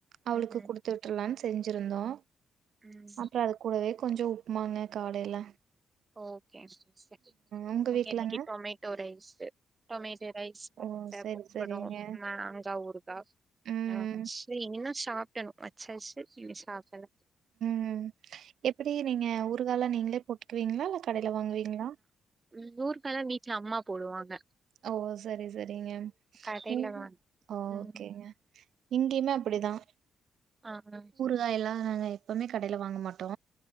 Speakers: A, on the right; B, on the right.
A: அவளுக்கு
B: ம்
A: குடு த்துட்டுலான் செஞ்சிருந்தோ
B: ம்
A: அப்புற அது கூடவே கொஞ்ச உப்புமாங்க காலேல
B: ஓகேக சிஸ்டர்
A: உங்க வீட்லங்க?
B: இன்னைக்கி டொமேட்டோ ரைஸ்சி டொமேட்டோ ரைஸ் முட்ட
A: ஓ! சரி,
B: பொக்கணு
A: சரிங்க.
B: மாங்கா ஊருக்கா
A: ம்,
B: நா கழிச்சி இது எங்கனா சாப்டனு அச்சச்சு இதே சாப்பல
A: ம் எப்டி நீங்க ஊறுகாலா நீங்களே போட்டுக்குவீங்ளா இல்ல கடேல வாங்குவீங்ளா
B: ம் ஊறுக்காலா வீட்ல அம்மா போடுவாங்க
A: ஓ சரி சரிங்கம்
B: கடைல
A: இங்
B: வாங்
A: ஓகேங்க
B: ம்
A: இங்கேயுமே அப்டிதா
B: ஆ ஆ
A: தா எல்லா நாங்க எப்போமே கடேல வாங்க மாட்டோ